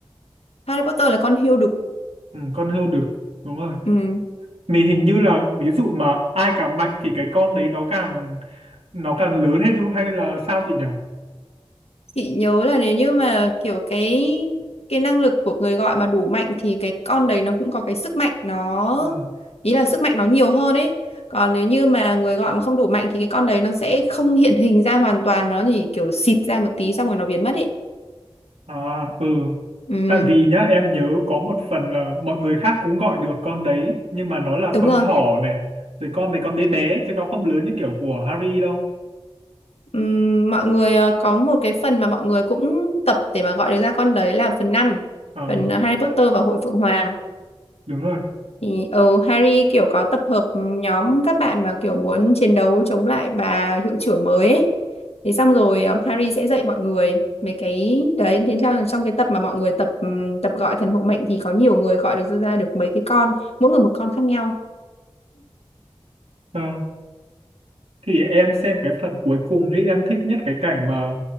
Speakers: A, on the left; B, on the right.
A: Harry Potter là con hươu đực.
B: ừ, con hươu được đúng rồi
A: Ừ.
B: mình hình như là ví dụ mà ai càng mạnh thì cái con đấy nó càng nó càng lớn hết hay là sao chị nhỉ
A: Chị nhớ là nếu như mà kiểu cái cái năng lực của người gọi mà đủ mạnh thì cái con đấy nó cũng có cái sức mạnh nó
B: ừ.
A: ý là sức mạnh nó nhiều hơn ấy. Còn nếu như mà người gọi mà không đủ mạnh thì cái con đấy nó sẽ không hiện hình ra hoàn toàn mà nó chỉ kiểu xịt ra một tí xong rồi nó biến mất ấy.
B: À, ừ.
A: Ừ,
B: Tại vì nhá, em nhớ có một phần là mọi người khác cũng gọi được con đấy, nhưng mà nó là
A: đúng
B: con
A: rồi.
B: thỏ này, rồi con mấy con bé bé, chứ nó không lớn như kiểu của Harry đâu.
A: Ừm, mọi người ờ, có một cái phần mà mọi người cũng tập để mà gọi được ra con đấy là phần năm
B: Ờ,
A: phần Harry Potter và Hội Phượng Hoàng.
B: đúng rồi.
A: Thì ừ, Harry kiểu có tập hợp nhóm các bạn mà kiểu muốn chiến đấu chống lại bà hiệu trưởng mới ấy. Thế xong rồi ờ, Harry sẽ dạy mọi người mấy cái đấy thế theo trong cái tập mà mọi người tập ừm, tập gọi thần hộ mệnh thì có nhiều người gọi được ra được mấy cái con, mỗi người một con khác nhau.
B: Ờ, Thì em xem cái phần cuối cùng ấy, em thích nhất cái cảnh mà